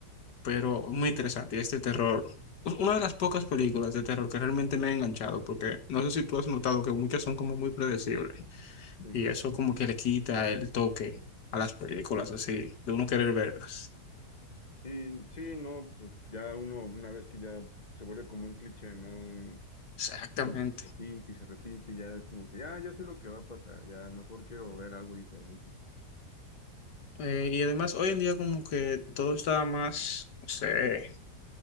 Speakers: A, on the left; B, on the left.
A: pero muy interesante. Este terror, u- una de las pocas películas de terror que realmente me ha enganchado, porque no sé si tú has notado que muchas son como muy predecibles.
B: sí,
A: Y eso como que le quita el toque a las películas así, de uno querer verlas.
B: sí, sí, no, pues, ya uno, una vez que ya se vuelve como un cliché, ¿no?
A: Exactamente.
B: Uno se repite y se repite, y ya es como que ya, ya sé lo que va a pasar, ya mejor quiero ver algo diferente.
A: Eh, y además hoy en día como que todo está más, no sé,